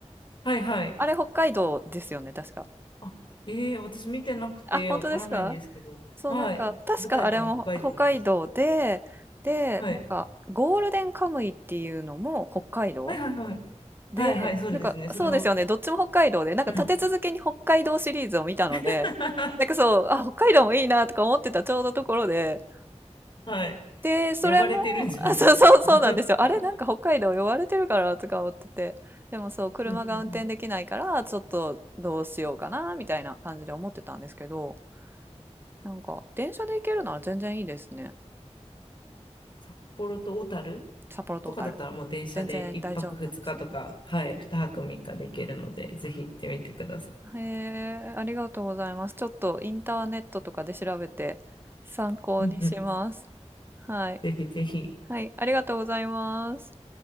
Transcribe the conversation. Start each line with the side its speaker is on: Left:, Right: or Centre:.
Left: はいはい
Right: あれ北海道ですよね、確か。
Left: あ、ええ私見てなくてわからないんですけど。
Right: あ、本当ですかそう、
Left: はい。
Right: なんか、確かあれも北海道で、
Left: 舞台が北海道なんです。
Right: で、
Left: はい。
Right: なんか、ゴールデンカムイっていうのも北海道
Left: はいはいはい。
Right: で、
Left: はいはい、そうですね。
Right: なんか、
Left: それは。
Right: そうですよね、どっちも北海道で、なんか立て続けに北海道シリーズを見たので、
Left: うん。<laughs>
Right: なんかそう、あ、北海道もいいなとか思ってたちょうどところで、
Left: はい。
Right: で、それも、
Left: 呼ばれてるんじゃないですか。
Right: あ、そうそうそうなんですよ。
Left: <laughs>
Right: あれ、なんか北海道呼ばれてるからとか思ってて。でもそう、車が運転できないから、
Left: うんうんうん。
Right: ちょっとどうしようかな、みたいな感じで思ってたんですけど、なんか電車で行けるなら全然いいですね。
Left: 札幌と小樽
Right: 札幌と小樽。
Left: とかだったらもう電車で1泊2日とか、
Right: 全然大丈夫なんですね。
Left: はい、2泊3日で行けるので、ぜひ行ってみてください。
Right: へえ、ありがとうございます。ちょっとインターネットとかで調べて参考にします。
Left: うんうん。
Right: はい。
Left: ぜひぜひ。
Right: はい、ありがとうございます。